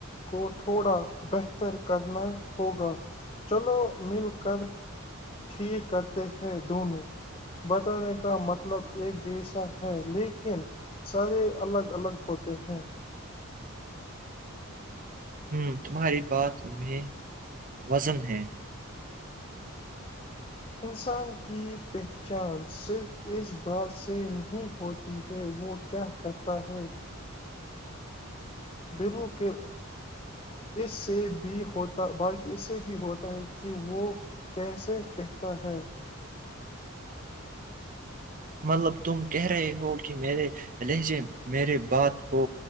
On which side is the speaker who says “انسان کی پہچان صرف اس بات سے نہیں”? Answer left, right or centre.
Left